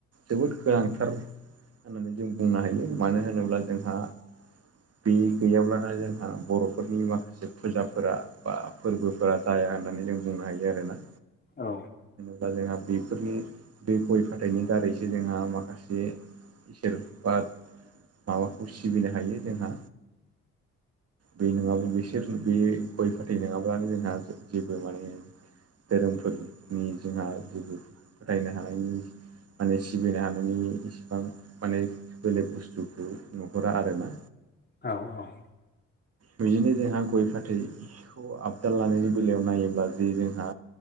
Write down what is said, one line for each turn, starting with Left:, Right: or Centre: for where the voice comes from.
Right: जोबोद गोनांथार होननानै जों बुंनो हायो मानो होनोब्ला जोंहा
Left: <unintelligible>
Right: बे गैयाब्लानोा जोंहा बर'फोरनि माखासे फुजाफोरा बा फोरबो फोरा जाया होननानै जों बुंनो हायो आरोना।
Left: औ
Right: बा जोंहा बेफोरनि दै गय फाथैनि दारैसो जोंहा माखासे इसोर बा माबाखौ सिबिनो हायो जोंहा बे नङाब्ला बिसोर बे गय फाथै नङाब्लानो जोंहा जेबो माने धोरोमफोरनि जोंहा जेबो रायनो हानायनि माने सिबिनो हानायनि इसेबां माने बेलेग बुस्थुखौ नोहरा आरो ना
Left: औ औ
Right: बिदिनो जोंहा गय फाथै खौ आपडा लानायनि बेलायाव नायोब्ला जे जोंहा